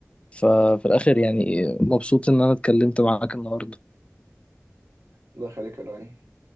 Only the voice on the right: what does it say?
الله يخليك يا لؤي